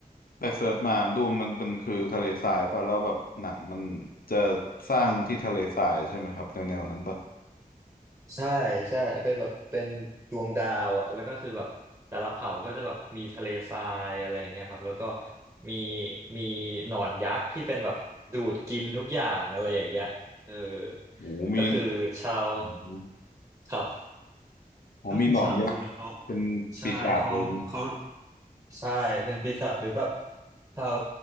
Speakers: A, on the left; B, on the right.
A: ไปเสิร์ชมาดูนมันเป็นคือทะเลทรายป่ะแล้วแบบหนังมันจะสร้างที่ทะเลทรายใช่ไหมครับแนวแนวนั้นป่ะ
B: ใช่ใช่เป็นแบบเป็นดวงดาวอ่ะแล้วก็คือแบบแต่ละเผ่าก็จะแบบมีทะเลทรายอะไรอย่างเงี้ยครับแล้วก็มีมีหนอนยักษ์ที่เป็นแบบดูดกินทุกอย่างอะไรอย่างเงี้ยเออ
A: โอ้โหมี
B: ก็คือชาว
A: โอ้
B: ครับ
A: โหมีหนอนยักษ์เป็นปีศาจเลย
B: ก็คือชาวดูนะเขาใช่เขาเขา ใช่เป็นปีศาจหรือแบบดาว